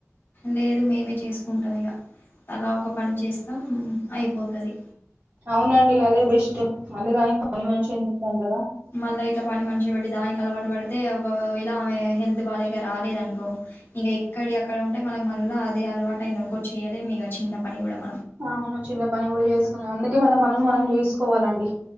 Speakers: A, on the left; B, on the right.
A: లేదు మేమే చేసుకుంటాం ఇగ తల ఒక పని చేస్తాం అయిపోతది
B: అవునండి అదే బెస్ట్ మళ్లీ దానిక్ పని మనిషి ఎందుకు దండగా
A: మళ్ళా ఇట్లా పని మనిషి పెట్టి దానికి అలవాటు పడితే ఒకవేళ ఆమె హెల్త్ బాలేక రాలేదు అనుకో, ఇక ఎక్కడివి అక్కడ ఉంటే మనకు మళ్ళా అదే అలవాటు అయ్యింది అనుకో చేయలేము ఇక చిన్న పని కూడా మనమ్
B: అవును చిన్న పని కూడా చేసుకోలేం అందుక్ ఫస్ట్ మన పనులు మనం చేసుకోవాలండి